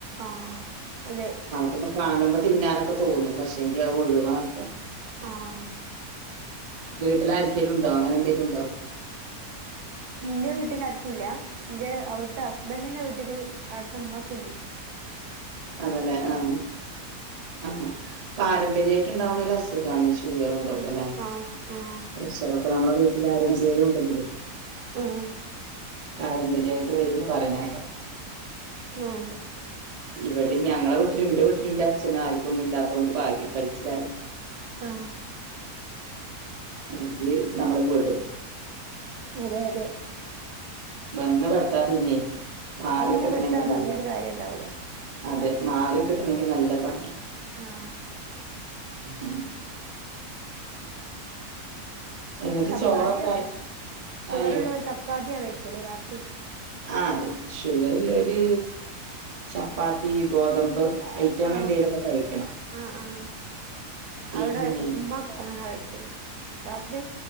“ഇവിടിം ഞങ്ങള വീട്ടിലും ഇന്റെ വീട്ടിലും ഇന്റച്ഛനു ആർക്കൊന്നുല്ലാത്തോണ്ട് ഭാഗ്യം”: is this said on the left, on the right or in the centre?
Right